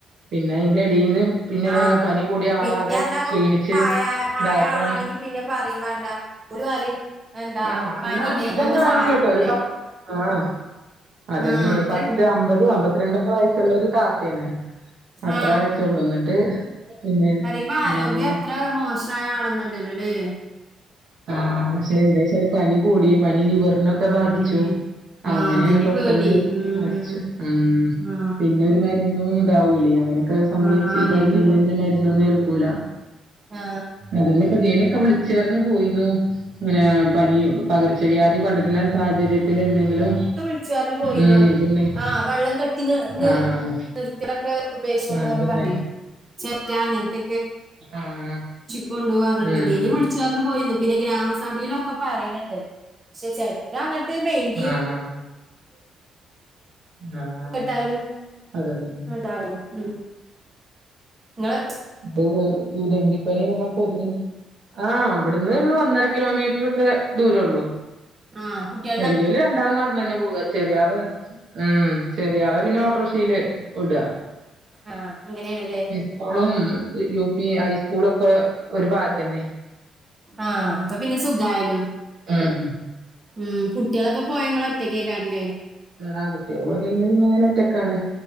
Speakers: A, on the right; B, on the right.
A: പിന്നെ അതിന്റെ അടിന്ന് പിന്നെ
B: ആ
A: പനി കൂടിയ ആളാകെ
B: ഞാൻ എറണാകുളം
A: ക്ഷീണിച്ച്
B: ആയ
A: ഇതായപ്പളാണ്
B: ആയ ആളാണെങ്കി പിന്നെ പറയും വേണ്ട ഒരു <unintelligible> എന്താ
A: ആഹ് അന്നാ
B: പനില്ലേ
A: അധികം
B: അതങ്ങ്
A: പ്രായന്നുല്ലട്ടോ
B: സാരാക്കൂല
A: ഒരു പത്ത് ആഹ് അതെന്നെയാണ്
B: ആ അത്ര
A: പത്ത് അമ്പത് അമ്പത്തിരണ്ടൊക്കെ വയസുള്ള ഒരു കാകേണ് അത്രാവയസുള്ളൂ
B: ആ
A: എന്നിട്ട് പിന്നെ
B: അപ്പ ആരോഗ്യം
A: ആഹ്
B: അത്ര മോശമായ ആളൊന്നുംല്ലല്ലോ അല്ലേ
A: ആ പക്ഷെ എന്താചാല് പനി കൂടി പനി ലിവറിനൊക്കെ
B: ആ
A: ബാധിച്ചു
B: അതന്നെ ആ
A: അങ്ങനെണ്
B: അതന്നെ
A: പെട്ടെന്ന്
B: പേടി ഉം
A: മരിച്ചു, ഉം
B: ആ
A: പിന്നെ ഒരുമര് പിന്നം ഇതാവൂലേ അങ്ങനെയൊക്കെ സംഭവിച്
B: ആ അങ്ങനുണ്ട്
A: ഇതായി കഴിഞ്ഞ പിന്നെ മരുന്നൊന്നും ഏൽക്കൂ ക്കൂല
B: ആ
A: അതെന്നെപ്പ ധിയേനൊക്ക വിളിച്ചർന്നു പോയിന്നു ഇങ്ങനെ പനി പകർച്ചവ്യാധി പടരുന്ന സാഹചര്യത്തില് എന്തെങ്കിലും
B: വിളിച്ചറിഞ്ഞു പോയിന്നു
A: ഉം ഇതുണ്ടെങ്കിലോ
B: ആഹ് വെള്ളം കെട്ടിനി നി
A: ആഹ്
B: നിർത്തിടൊക്കെ ഉപേക്ഷിച്ചൊണ്ട്
A: ആഹ്
B: <unintelligible>
A: അതന്നെ
B: ചെറ്റ അങ്ങനത്തെ
A: ആഹ്
B: കൊണ്ടു പോകർഞ്ഞിട്ട്
A: ഉം
B: ദിനിവിള് ചർഞ്ഞു പോയിന്നു പിന്നേ ഗ്രാമസഭയിലൊക്കെ പറയണണ്ട് പക്ഷെ ചേലോരങ്ങട്ട് മൈന്റ്യ്യൂ
A: ആഹ് ആഹ്
B: കേട്ടാലും
A: അതന്നെ
B: ഉണ്ടാവല്ലോ ഉം നിങ്ങള്
A: ഇത് ഈ ഡെങ്കിപ്പനി കാരണം കൊതുക് ആഹ് അവിടുന്ന് ഒരു ഒന്നര കിലോമീറ്റർ ഒക്കെ ദൂരള്ളൂ
B: ആഹ് കുട്ടി
A: വല്ല്യോല് രണ്ടാള് നടന്നു തന്നെ പോക ചെറിയ ആള് ആഹ് ചെറിയാളെ പിന്നെ ഓട്ടോറിക്ഷല് വിട
B: ആഹ് അങ്ങനെയണല്ലേ
A: സ്കൂളും യു. പി ഹൈസ്കൂള ഒക്കെ ഒരു ഭാഗത്ത തന്നെ
B: ആഹ് അപ്പ പിന്നെ സുഖയാല്ലോ
A: <unintelligible>
B: ഉം കുട്ടികളെക്കെ പോയാങ്ങള ഒറ്റക്കേക്കാരല്ലേ?
A: ആ കുട്ട്യൾപോയി കഴിഞ്ഞ പിന്നെ ഒറ്റക്കാണ്.